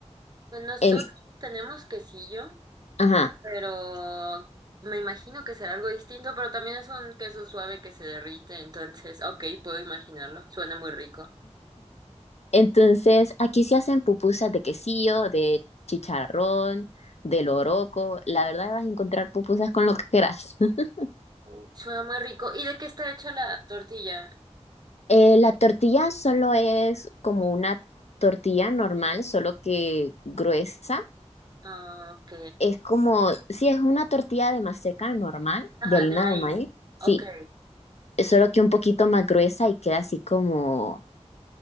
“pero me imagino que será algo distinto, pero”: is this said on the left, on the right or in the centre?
Right